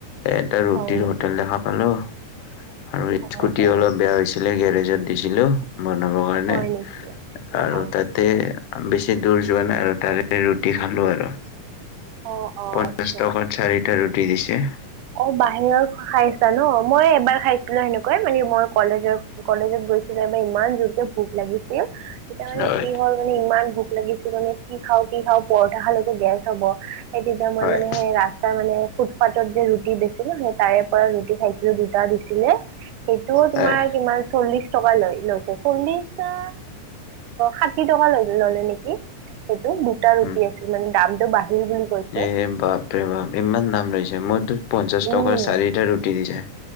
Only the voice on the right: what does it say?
হয় নেকি
অ
অ
হয় নেকি
অ
অঁ অঁ
আচ্ছা
অ বাহিৰৰ খাইছা নহ মই এবাৰ খাইছিলো সেনেকুৱাই মানে মই কলেজৰ। কলেজত গৈছিলোঁ এবাৰ ইমান জোৰকে ভোক লাগিছিল। তেতিয়া
মানে কি হ'ল মানে ইমান ভোক লাগিছিল মানে কি খাওঁ কি খাওঁ পৰঠা খালেতো গেছ হ'ব। সেই তেতিয়া মই
মানে সেই ৰা তাৰমানে ফুটফাটত যে ৰুটি বেছে নো সেই তাৰে পৰা ৰুটি খাইছিলো দুটা দিছিলে। সেইটোও তোমাৰ
কিমান চল্লিশ টকা লৈ লৈছে চল্লিশ না ষাঠি টকা লৈ ল'লে নেকি। সেইটো দুটা ৰুটি
আছিল মানে দামটো বাঢ়িল বুলি কৈছে
উম,